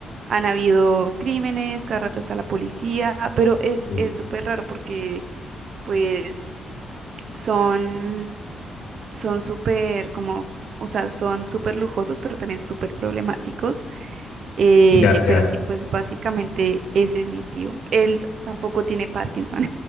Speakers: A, on the right (about 50°); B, on the left (about 85°).
A: han habido crímenes, cada rato está la policía, pero es
B: Uf.
A: es súper raro porque pues son son súper como, o sea, son súper lujosos, pero también súper problemáticos. Eh,
B: ya, ya.
A: pero sí, pues básicamente ese es mi tío. Él tampoco tiene Parkinson,